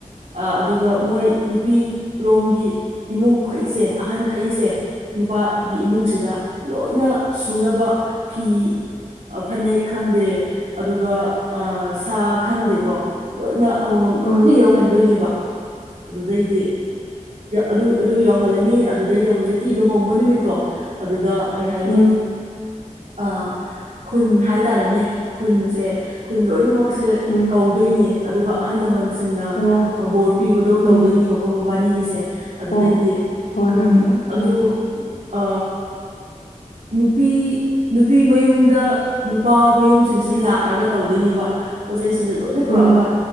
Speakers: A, on the right (about 60°); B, on the left (about 80°).
A: ꯑꯗꯨꯒ ꯃꯣꯏ ꯅꯨꯄꯤꯔꯣꯝꯒꯤ ꯏꯃꯨꯡꯈꯛꯏꯁꯦ ꯑꯍꯟ ꯈꯛꯏꯁꯦ ꯅꯨꯄꯥꯒꯤ ꯏꯃꯨꯡꯁꯤꯗ ꯂꯣꯏꯅ ꯁꯨꯅꯕ ꯐꯤ ꯐꯅꯦꯛ ꯈꯪꯗꯦ ꯑꯗꯨꯒ ꯑ ꯁꯥ ꯈꯪꯗꯦꯀꯣ ꯂꯣꯏꯅ ꯑꯃꯃꯝ
B: ꯎꯝ
A: ꯂꯣꯏꯅ ꯌꯧꯍꯟꯗꯣꯏꯅꯦꯕ ꯑꯗꯨꯗꯩꯗꯤ ꯑꯗꯨ ꯑꯗꯨ ꯌꯧꯍꯜꯂꯅꯤ ꯑꯗꯨꯗꯩꯗ ꯍꯧꯖꯤꯛꯀꯤ ꯂꯨꯍꯣꯡꯕ ꯅꯨꯃꯤꯠꯇꯣ ꯑꯗꯨꯗ ꯀꯩ ꯍꯥꯏꯅꯤ
B: ꯎꯝ ꯎꯝ
A: ꯑ ꯈꯨꯟ ꯍꯥꯏ ꯇꯔꯦꯅꯦ ꯈꯨꯟꯁꯦ ꯈꯨꯟ ꯂꯣꯏꯅꯃꯛꯁꯦ
B: ꯎꯝ
A: ꯇꯧꯗꯣꯏꯅꯦ ꯑꯗꯨꯒ ꯑꯍꯜ ꯂꯃꯟꯁꯤꯡꯅ
B: ꯑꯣ
A: ꯕꯣꯔ ꯄꯤꯕꯗꯣ
B: ꯎꯝ
A: ꯇꯧꯗꯣꯏꯅꯦꯕꯀꯣ ꯃꯕꯥꯅꯤꯒꯤꯁꯦ ꯑꯗꯨꯗꯩꯗꯤ
B: ꯑꯣ ꯍꯣꯏ
A: ꯎꯝ
B: ꯍꯣꯏ ꯍꯣꯏ ꯎꯝ
A: ꯑꯗꯨ ꯑ ꯅꯨꯄꯤ ꯅꯨꯄꯤ ꯃꯌꯨꯝꯗ ꯅꯨꯄꯥ ꯃꯌꯨꯝꯁꯤꯡꯁꯤꯅ ꯂꯥꯛꯑꯒ ꯇꯧꯗꯣꯏꯅꯦꯕ ꯄꯣꯠꯆ ꯆꯩꯁꯤꯡꯗ ꯂꯣꯏꯅ ꯄꯨꯔꯛꯑꯒ
B: ꯎꯝ